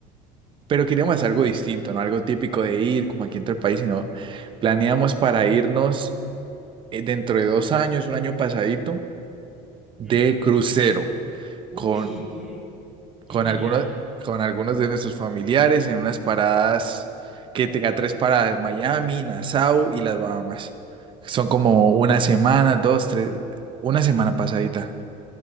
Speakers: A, on the right; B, in the centre.
A: pero queríamos hacer algo distinto, no algo típico de ir como aquí entre el país, sino planeamos para irnos eh, dentro de dos años, un año pasadito, de
B: ¿Mm?
A: crucero
B: Uy,
A: con,
B: qué, qué
A: con
B: genial.
A: algunos, con algunos de nuestros familiares en unas paradas que tenga tres paradas, Miami, Nassau y las Bahamas. Son como una semana, dos, tres, una semana pasadita.